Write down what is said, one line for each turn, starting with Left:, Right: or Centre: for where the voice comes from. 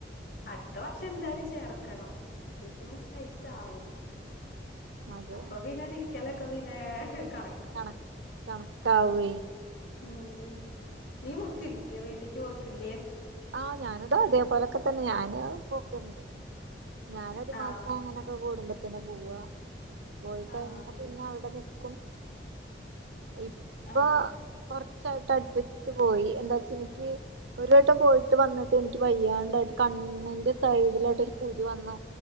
Left: അടുത്ത വർഷം എന്തായാലും ചേർക്കണം അപ്പക്കും വയസ് സാവും
Right: അത്
Left: അപ്പൊ പിന്നെ നിക്കലൊക്കെ പിന്നേ കണ
Right: കണ കണക്കാവോയ്
Left: ഉം നീ പോക്കില്ലേ വീട്ടിക്ക് പോക്കില്ലേ
Right: ആഹ് ഞാനിത അതേപോലൊക്കെ തന്നെ ഞാന് പോക്ക്ണ്ട് ഞാനൊരു
Left: ആഹ്
Right: മാസം അങ്ങനെ ഇപ്പ കൂടുമ്പത്തന്നെ പോവാ പോയി കഴിഞ്ഞാ
Left: ആഹ്
Right: പിന്നെ അവിടെ നിക്കും ഇപ്പൊ
Left: ആഹ്
Right: കൊറച്ചായിട്ട് അടുപ്പിച്ച് പോയി എന്താ വെച്ച ഇനിക്ക് ഒരു- വട്ടം പോയിട്ട് വന്നിട്ട് എനിക്ക് വയ്യാണ്ടായിട്ട് കണ്ണിന്റെ സൈഡിലായിട്ട് ഒരു കുരു വന്നു